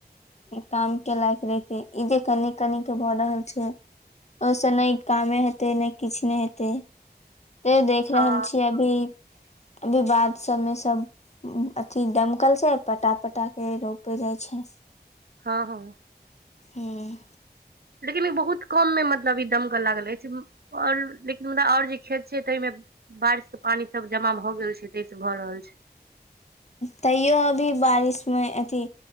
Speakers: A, on the left; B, on the right.
A: काम के लायक रहिते, ई जे कनी कनी के भऽ रहल छै। ओइस नइ कामे हेतै नै किछ नै हेतै। ते देख रहल
B: हँ
A: छी अभी जे बाद सभमें सब हम्म अथि दमकल से पटा पटा के रोपे जाइ छै।
B: हँ हँ
A: हम्म
B: लेकिन ई बहुत कम मे मतलब ई दमकल लागल रहे छै। ओर लेकिन मुदा ओर जे खेत छै ताइ मे बारिश के पानी सब जमा भऽ गेल छै तेसँ भऽ रहल छै।
A: तयो अभी बारिश मे अथी